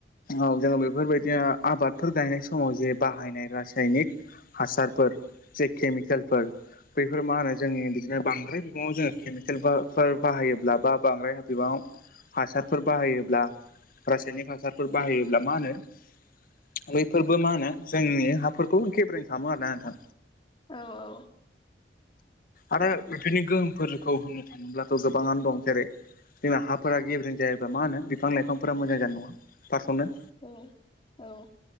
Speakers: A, on the left (about 50°); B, on the left (about 30°).
A: औ जोङो बेफोरबायदिनो आबादफोर गायनाय समाव जे बाहायनाय रासायनिक हासार फोर ज केमिकेलफोर बैफोर मा होनो जोंनि बिदिनो बांद्राय बिबाङाव जोङो केमिकेलफोर बाहायोब्ला बा बांद्राय बिबाङाव हासारफोर बाहायोब्ला रासायनिक हासारफोर फोर बाहायोब्ला मा होनो बैफोरबो मा होनो जोंनि हाफोरखौ गेब्रेें खालामो आर ना नोंथां
B: औ औ
A: आरो बेफोरनि गोहोमफोरखौ होननो थाङोब्लाथ' गोबाङानो दं जेरै जोंना हाफोरा गेब्रें जायोब्ला मा होनो बिफां लाइफांफोरा मोजां जानाय नङा फार्सआवनो
B: औ औ